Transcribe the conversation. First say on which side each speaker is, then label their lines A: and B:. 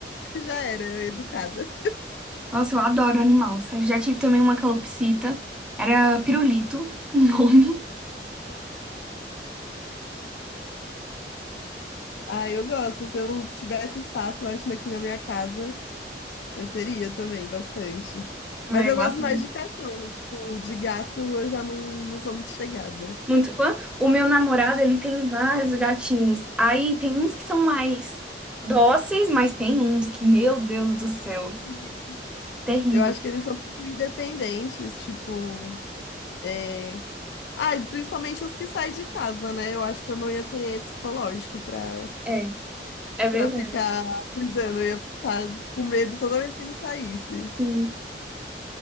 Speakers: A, on the left; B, in the centre.
A: que já era educada.
B: Nossa, eu adoro animal, sério. Já tive também uma calopsita. Era pirulito, <laughs> o nome.
A: Ah, eu gosto. Se eu tivesse espaço, eu acho, aqui na minha casa, eu teria também bastante.
B: Um
A: Mas
B: negócio
A: eu gosto mais de cachorro, tipo, de gato eu já não, não sou muito chegada.
B: muito fã. O meu namorado, ele tem vários gatinhos. Aí tem uns que são mais dóceis, mas tem uns que, meu Deus do céu,
A: Sim.
B: terrível.
A: Eu acho que eles são muito independentes, tipo, é... Ah, e principalmente os que saem de casa, né? Eu acho que eu não ia ter psicológico pra,
B: É, é verdade.
A: pra ficar cuidando, eu ia ficar com medo toda vez que ele saísse.
B: Sim.